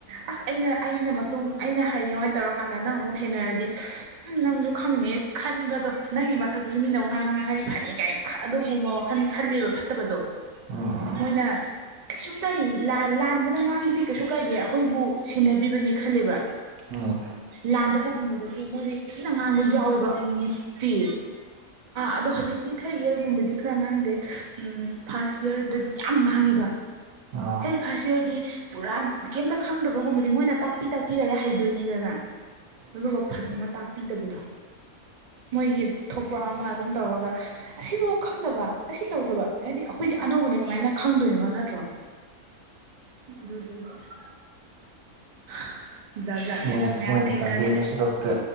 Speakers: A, on the right (about 50°); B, on the right (about 85°).
A: ꯑꯁ ꯑꯩꯅ ꯑꯩꯅ ꯃꯇꯨꯡ ꯑꯩꯅ ꯍꯩꯌꯦꯡꯋꯥꯏ ꯇꯧꯔꯀꯥꯟꯗ ꯅꯪ ꯑꯃꯨꯛ ꯊꯦꯡꯅꯔꯗꯤ ꯅꯪꯁꯨ ꯈꯪꯅꯤ ꯈꯟꯕꯗꯣ ꯅꯪꯒꯤ ꯃꯊꯛꯇꯁꯨ ꯃꯤꯅ ꯉꯥꯡꯉ ꯉꯥꯡꯉꯗꯤ ꯐꯅꯤ ꯀꯥꯏꯅ ꯑꯗꯨꯒꯨꯝꯕ ꯋꯥꯈꯜ ꯈꯜꯂꯦꯕ ꯐꯠꯇꯕꯗꯣ
B: ꯑꯥꯑꯥ
A: ꯃꯣꯏꯅ ꯀꯩꯁꯨꯝꯇ ꯂꯥꯟꯕꯗ ꯉꯥꯡꯕꯗꯤ ꯀꯩꯁꯨ ꯀꯥꯏꯗꯦ ꯑꯩꯈꯣꯏꯕꯨ ꯁꯦꯟꯅꯕꯤꯕꯅꯤ ꯈꯜꯂꯦꯕ
B: ꯎꯝ
A: ꯂꯥꯟꯗꯕ ꯀꯨꯝꯕꯗꯁꯨ ꯃꯣꯏꯅ ꯊꯤꯅ ꯉꯥꯡꯕ ꯌꯥꯎꯋꯦꯕ ꯑꯃꯨꯛꯃꯨꯛꯇꯤ ꯑꯗꯣ ꯍꯧꯖꯤꯛꯇꯤ ꯊꯥꯔ ꯌꯔ ꯨꯒꯨꯝꯕꯗꯤ ꯈꯔ ꯉꯥꯡꯗꯦ ꯐꯥꯔꯁ ꯌꯥꯔꯗꯗꯤ ꯌꯥꯝ ꯉꯥꯡꯉꯦꯕ
B: ꯑꯣ
A: ꯑꯩ ꯐꯥꯁ ꯌꯥꯔꯗꯤ ꯄꯨꯔꯥ ꯀꯩꯝꯇ ꯈꯪꯗꯕ ꯑꯗꯨꯒꯨꯝꯕꯗꯤ ꯃꯣꯏꯅ ꯇꯥꯛꯄꯤ ꯇꯥꯛꯄꯤꯔꯒ ꯍꯩꯗꯣꯏꯅꯤꯗꯅ ꯑꯗꯨꯒ ꯐꯖꯅ ꯇꯥꯛꯄꯤ ꯄꯤꯗꯕꯗꯣ ꯃꯣꯏꯒꯤ ꯊꯣꯛꯄ ꯑꯃ ꯑꯗꯨꯝ ꯇꯧꯔꯒ ꯑꯁꯤꯐꯥꯎ ꯈꯪꯗꯕ ꯑꯁꯤ ꯇꯧꯗꯕ ꯍꯥꯏꯗꯤ ꯑꯩꯈꯣꯏ ꯑꯅꯧꯕꯅꯦ ꯀꯃꯥꯏꯅ ꯈꯪꯗꯣꯏꯅꯣ ꯅꯠꯇ꯭ꯔꯣ ꯑꯗꯨꯗꯨꯒꯤ ꯍꯥꯢꯗꯤ ꯍꯥ ꯖꯥꯠ ꯖꯥꯠꯅꯤꯗ
B: ꯃꯣꯏ
A: ꯃꯌꯥꯝ
B: ꯃꯣꯏꯅ
A: ꯊꯦꯡꯅꯔꯤꯁꯦ
B: ꯇꯝꯕꯤꯕ ꯁꯔꯨꯛꯇ